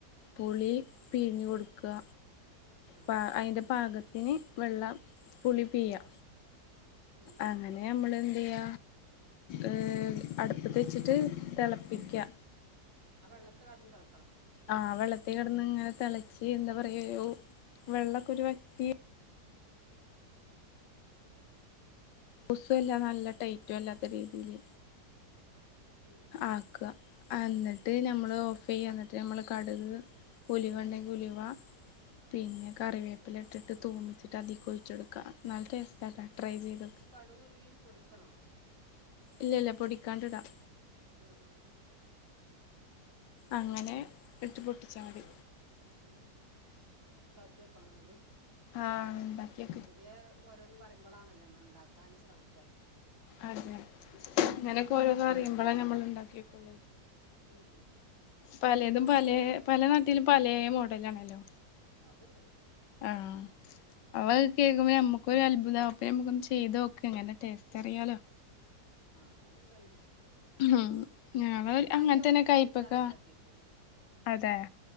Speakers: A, on the left (about 80°); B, on the right (about 45°).
A: പുളി പീഞ്ഞ് കൊടുക്കാ.
B: ആ
A: പ്പ അയിന്റെ പാകത്തിന് വെള്ളം പുളി പീയ്യ.
B: ഉം ഉം
A: അങ്ങനെ
B: ഉം
A: നമ്മളെന്തെയ്യ ഏഹ് അടുപ്പത്ത് വെച്ചിട്ട് തിളപ്പിക്ക.
B: ആ വെള്ളത്ത് കടന്ന് തെളക്കണം.
A: ആഹ് വെള്ളത്തി കിടന്ന് ഇങ്ങനെ തിളച്ച് എന്താ പറയ ഒരു വെള്ളൊക്കെ ഒരു വറ്റി. ലൂസും അല്ല നല്ല ടൈറ്റും അല്ലാത്ത രീതില്
B: ഉം ഉം ഉം
A: ആക്കുക എന്നിട്ട് നമ്മള് ഓഫ് ചെയ്യ എന്നിട്ട് നമ്മള് കടുക് ഉലുവ ഇണ്ടെങ്കിൽ ഉലുവ. പിന്നെ കറിവേപ്പില ഇട്ടിട്ട് തൂമിച്ചിട്ട് അതിക്ക് ഒഴിച്ചൊടുക്ക നല്ല ടേസ്റ്റ് ആണ് ട്രൈ ചെയ്തോക്.
B: കടുവും ഉലുവേം പൊടിക്കണോ?
A: ഇല്ല ഇല്ല പൊടിക്കാണ്ടിടാം.
B: ആഹ് ആഹ് ആഹ്
A: അങ്ങനെ. ഇതിട്ട് പൊട്ടിച്ചാ മതി.
B: ഉം ഉം <unintelligible>
A: ആഹ് ഇണ്ടാക്കി.
B: പുതിയ ഓരോന്ന് പറയുമ്പോളാണല്ലേ നമ്മൾ ഇണ്ടാക്കാൻ ശ്രമിക്ക.
A: അതെ ഇങ്ങനെയൊക്കെ ഓരോരോ അറിയുമ്പോളേ ഞമ്മൾ ഇണ്ടാക്കി വെക്ക.
B: ഉം ഉം ഉം
A: പലതും പലേ പല നാട്ടിലും പലേ മോഡലാണല്ലോ.
B: അത്ണ്ട്.
A: ആഹ് അവ കേൾക്കുമ്പോ ഞമ്മക്ക് ഒരു അത്ഭുതമാ അപ്പ ഞമ്മക്കൊന്ന് ചെയ്തോക്ക എങ്ങനെ ടേസ്റ്റ് അറിയാലോ?
B: ആഹ് അത് അങ്ങനെ തന്നെ
A: ഉം ഞങ്ങള്
B: ഞാൻ ഇണ്ടാക്കിയെ
A: അങ്ങനെ
B: വെളുത്തുള്ളിച്ചാറേ
A: തന്നെ കയ്പ്പക്ക
B: ഇണ്ടാക്കിയിട്ടുള്ളു.
A: അതെ.